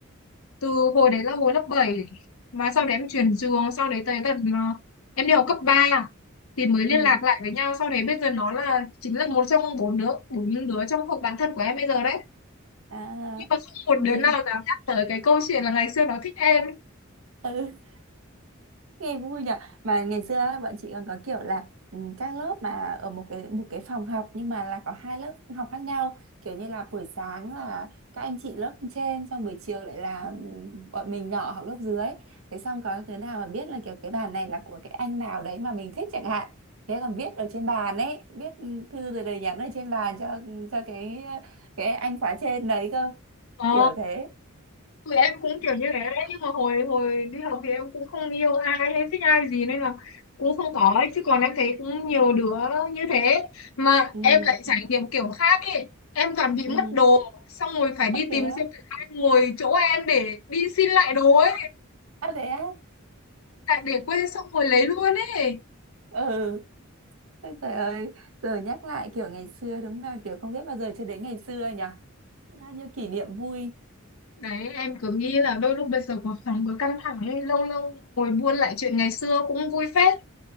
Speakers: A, on the left (about 75°); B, on the right (about 70°).
A: từ hồi đấy là hồi lớp bảy mà sau đấy em chuyển trường sau đấy tới tận ờ, em đi học cấp 3 thì mới liên
B: ừ
A: lạc lại với nhau sau đấy bây giờ nó là chính là một trong bốn đứa bốn đứa trong hội bạn thân của em bây giờ đấy
B: à,
A: nhưng mà không
B: vui
A: một đứa nào dám nhắc tới cái câu chuyện là ngày xưa nó thích em
B: ừ nghe vui nhỉ mà ngày xưa á, bọn chị còn có kiểu là ừ, các lớp mà ở một cái một cái phòng học nhưng mà là có hai lớp học khác nhau kiểu như là buổi sáng là các anh chị lớp trên xong buổi chiều lại là ừ, bọn mình nhỏ học lớp dưới thế xong có đứa nào mà biết là kiểu cái bàn này là của cái anh nào đấy mà mình thích chẳng hạn thế còn viết ở trên bàn ấy viết ừ, thư rồi lời nhắn ở trên bàn cho cho cái cái anh khóa trên đấy cơ
A: ờ
B: kiểu thế
A: thì em cũng kiểu như thế đấy nhưng mà hồi hồi đi học thì em cũng không yêu ai hay thích ai gì nên là cũng không có ấy. chứ còn em thấy cũng nhiều đứa như thế mà
B: ừ
A: em lại trải nghiệm kiểu khác ấy em toàn bị
B: ừ
A: mất đồ xong rồi phải đi
B: à, thế
A: tìm
B: á
A: xem thử ai ngồi chỗ em để đi xin lại đồ ấy
B: à, thế á
A: tại để quên xong rồi lấy luôn ấy
B: ừ Ôi trời ơi, giờ nhắc lại kiểu ngày xưa đúng là kiểu không biết bao giờ chưa đến ngày xưa nhỉ. Bao nhiêu kỷ niệm vui.
A: đấy em cứ nghĩ là đôi lúc bây giờ cuộc sống cứ căng thẳng ấy lâu lâu ngồi buôn lại chuyện ngày xưa cũng vui phết